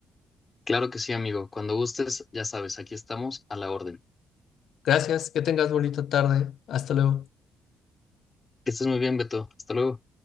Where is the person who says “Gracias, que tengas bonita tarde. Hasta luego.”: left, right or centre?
Left